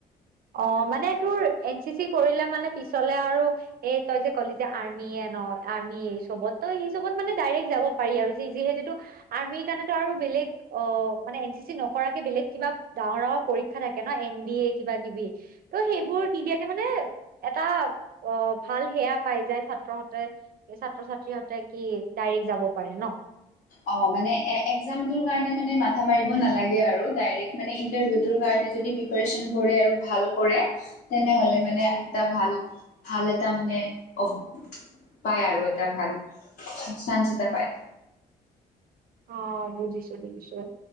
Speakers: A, on the right; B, on the left.
A: অ মানে তোৰ এন চি চি কৰিলে মানে পিছলে আৰু এই তই যে ক'লি যে আৰ্মি ন' আৰ্মি এই চবত' সেই চবত মানে ডাইৰেক্ট যাব পাৰি আৰু যিহেতু আৰ্মিৰ কাৰণটো আৰু বেলেগ অ মানে এন চি চি নকৰাকে বেলেগ কিবা ডাঙৰ ডাঙৰ পৰীক্ষা থাকে ন এন ডি এ কি কিবা কিবি ত' সেইবোৰ নিদিয়াকে মানে এটা অ', ভাল সেয়া পাই যায়। হ'তে ছাত্ৰ-ছাত্ৰী হ'তে কি ডাইৰেক্ট যাব পাৰে ন'।
B: অ মানে এ একজামটোৰ কাৰণে মানে মাথা মাৰিব নালাগে আৰু ডাইৰেক্ট মানে ইনটাৰভিউটোৰ কাৰণে যদি পিপাৰেচন কৰে আৰু ভাল কৰে তেনেহলে মানে
A: উম
B: এটা ভাল ভাল এটা মানে অব পায় আৰু এটা ভাল চাঞ্চ এটা পায়
A: অ', বুজিছোঁ, বুজিছোঁ